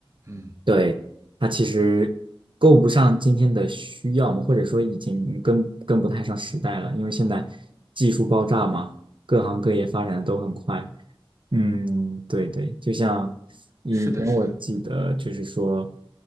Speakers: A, on the right (about 30°); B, on the right (about 60°).
A: 嗯，
B: 对，它其实够不上今天的需要嘛，或者说已经跟跟不太上时代了，因为现在技术爆炸嘛，各行各业发展的都很快。嗯，对对，就像以前我记得，
A: 是的，是的。
B: 就是说